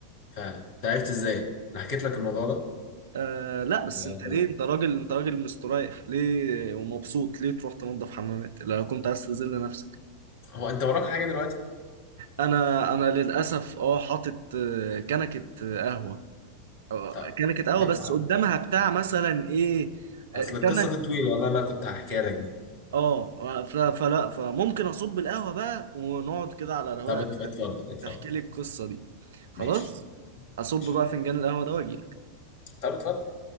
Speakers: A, on the left; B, on the right.
A: فعلا انت عرفت ازاي انا حكيت لك الموضوع ده
B: آه لا بس
A: بس-
B: انت ليه انت راجل انت راجل مستريح ليه ومبسوط ليه تروح تنظف حمامات لو كنت عايز تذل نفسك
A: هو انت وراك حاجه دلوقتي
B: انا انا للاسف اه حاطط آه، كنكه آه، قهوه آه،
A: طب
B: كنكه قهوه بس قدامها بتاع مثلا ايه آه،
A: اصل القصه
B: تمن
A: دي طويله والله انا كنت هحكيها لك دي
B: اه ف- فلا فممكن اصب القهوه بقى ونقعد كده على رواقه
A: طب ات- اتفضل اتفضل
B: تحكي لي القصه دي خلاص
A: ماشي
B: اصب
A: ماشي
B: بقى فنجان القهوه ده واجي
A: طب اتفضل